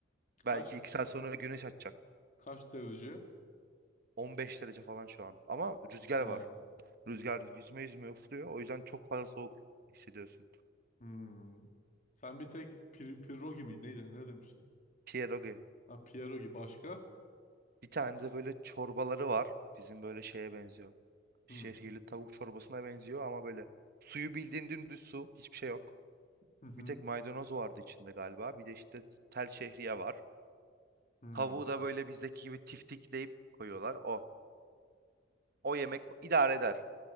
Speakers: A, on the left; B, on the right.
A: Kaç
B: Belki iki saat sonra güneş açacak.
A: kaç derece?
B: 15 derece falan şu an. Ama rüzgar
A: Ha.
B: var. Rüzgar yüzme yüzme üflüyor. O yüzden çok fazla soğuk hissediyorsun.
A: Hmm. Sen bir tek pir, pierogi mi? Neydi? Ne demiştin?
B: Pierogi.
A: Ha pierogi başka?
B: Bir tane de böyle çorbaları var. Bizim böyle şeye benziyor. Şehirli
A: Hmm.
B: tavuk çorbasına benziyor ama böyle suyu bildiğin dümdüz su. Hiçbir şey yok.
A: Hı hı.
B: Bir tek maydanoz vardı içinde galiba. Bir de işte tel şehriye var.
A: Hmm.
B: Tavuğu da böyle bizdeki gibi tiftikleyip koyuyorlar. O. O yemek idare eder.